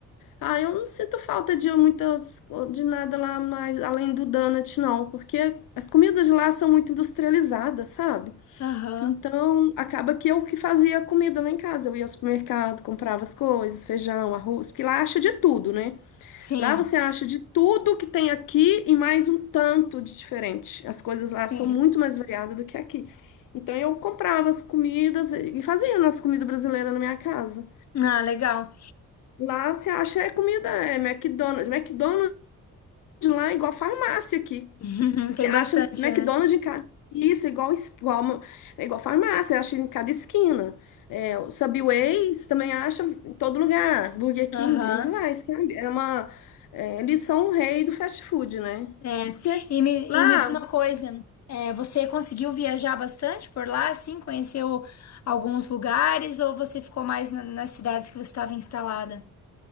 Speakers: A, on the left (about 80°); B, on the left (about 55°).
A: Ah, eu não sinto falta de muitas, de nada lá mais além do donut, não, porque as comidas lá são muito industrializadas, sabe?
B: Aham.
A: Então, acaba que eu que fazia a comida lá em casa. Eu ia ao supermercado, comprava as coisas, feijão, arroz, porque lá acha de tudo, né?
B: Sim.
A: Lá você acha de tudo que tem aqui e mais um tanto de diferente. As coisas
B: Sim.
A: lá são muito mais variadas do que aqui. Então, eu comprava as comidas e e fazia nossa comida brasileira na minha casa.
B: Ah, legal.
A: Lá você acha é comida, é McDonald's. McDonald's lá é igual farmácia aqui.
B: <laughs>
A: Você
B: Tem
A: acha
B: bastante,
A: McDonald's
B: né?
A: em cada. Isso, é igual, es- igual, uma- é igual farmácia, acha em cada esquina. É, o Subway você também acha em todo lugar. Burger King,
B: Aham.
A: aí você vai, sabe? É uma, é, eles são o rei do fast food, né?
B: É.
A: Porque
B: E me,
A: lá
B: e me diz uma coisa, é, você conseguiu viajar bastante por lá, assim? Conheceu alguns lugares ou você ficou mais na- nas cidades que você estava instalada?